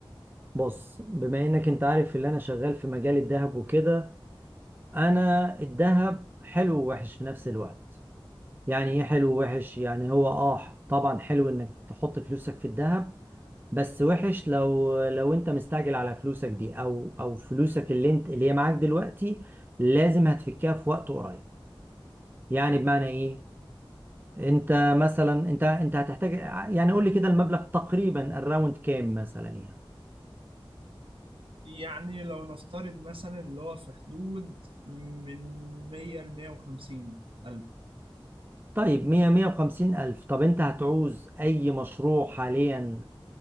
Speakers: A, on the right; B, on the right.
A: بص بما انك انت عارف اللي انا شغال في مجال الذهب وكده انا الذهب حلو ووحش في نفس الوقت يعني ايه حلو ووحش يعني هو اه طبعا حلو انك تحط فلوسك في الذهب بس وحش لو لو انت مستعجل على فلوسك دي او او فلوسك اللي انت اللي هي معاك دلوقتي لازم هتفكها في وقت قريب يعني بمعنى ايه انت مثلا انت انت هتحتاج يعني قول لي كده المبلغ تقريبا الراوند كام مثلا يعني
B: يعني لو نفترض مثلا اللي هو في حدود من 100 ل 150 ألف
A: طيب 100 150 ألف طب أنت هتعوز أي مشروع حاليا